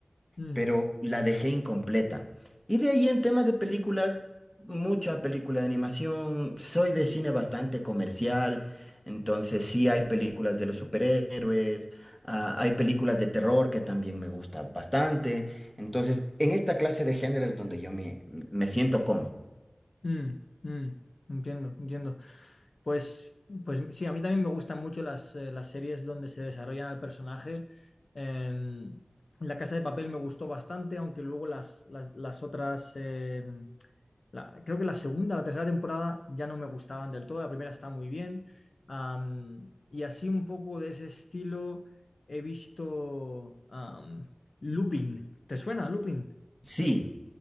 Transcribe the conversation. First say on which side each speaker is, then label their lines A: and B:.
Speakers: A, on the left (about 85°); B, on the left (about 15°).
A: mm,
B: pero la dejé incompleta. Y de ahí en tema de películas, mucha película de animación, soy de cine bastante comercial, entonces sí hay películas de los superhéroes, ah, hay películas de terror que también me gusta bastante, entonces en esta clase de géneros donde yo me, me siento cómodo.
A: mm, mm. Entiendo, entiendo. Pues, pues sí, a mí también me gustan mucho las, eh, las series donde se desarrollan al personaje. Em, La Casa de Papel me gustó bastante, aunque luego las, las, las otras... em, la- creo que la segunda la tercera temporada ya no me gustaban del todo, la primera está muy bien. am, y así un poco de ese estilo he visto am, Lupin. ¿Te suena Lupin?
B: Sí,